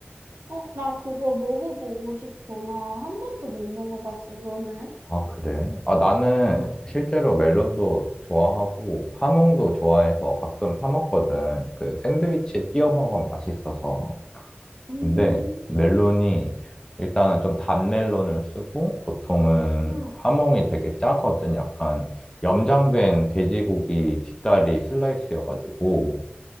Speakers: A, on the right (about 75°); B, on the left (about 20°).
A: 어, 나 그거 먹어보고 싶어. 나 한 번도 못 먹어봤어, 너는?
B: 아, 그래? 아, 나는
A: 응,
B: 실제로 멜론도 좋아하고 하몽도 좋아해서 가끔 사 먹거든. 그 샌드위치에 끼워 먹으면 맛있어서.
A: 음,
B: 근데 멜론이 일단은 좀 단 멜론을 쓰고 보통은
A: 응,
B: 하몽이 되게 짜거든. 약간 염장된 돼지고기 뒷다리 슬라이스여가지고